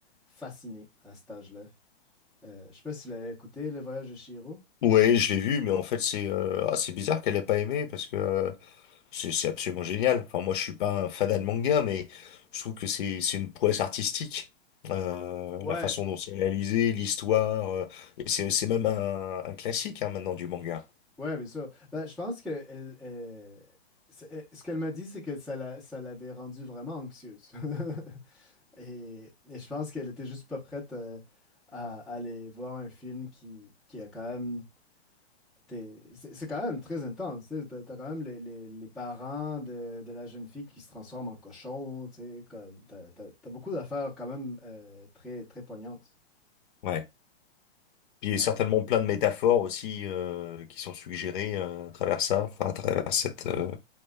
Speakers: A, in the centre; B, on the left.
A: fasciné à cet âge-là. Euh, je sais pas si tu l'as écouté, Le Voyage de Chihiro.
B: Ouais, je l'ai vu, mais en fait c'est euh, ah, c'est bizarre qu'elle ait pas aimé parce que euh, C'est c'est absolument génial. Enfin, moi, je suis pas un fanat de manga, mais je trouve que c'est c'est une prouesse artistique. Euh,
A: Ouais,
B: la façon dont c'est réalisé, l'histoire, euh, et c'est c'est même un, un classique hein, maintenant du manga.
A: Ouais, bien sûr. Ben, je pense que elle, euh, c'est- euh, ce qu'elle m'a dit, c'est que ça l'a- ça l'avait rendue vraiment anxieuse. <laughs> Et, et je pense qu'elle était juste pas prête euh, à, aller voir un film qui, qui a quand même. des- C'est c'est quand même très intense. Tu sais, t'as, t'as quand même les, les- les parents de, de la jeune fille qui se transforment en cochon. Tu sais, comme, t'as, t'as- t'as beaucoup d'affaires quand même euh, très, très poignantes.
B: Ouais. Puis il y a certainement
A: Euh,
B: plein de métaphores aussi euh, qui sont suggérées euh, à travers ça, enfin à travers cette euh,